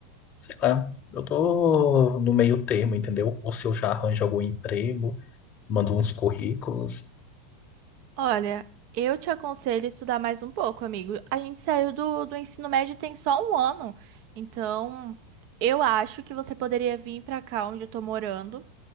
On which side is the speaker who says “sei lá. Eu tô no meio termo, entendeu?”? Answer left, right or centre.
Left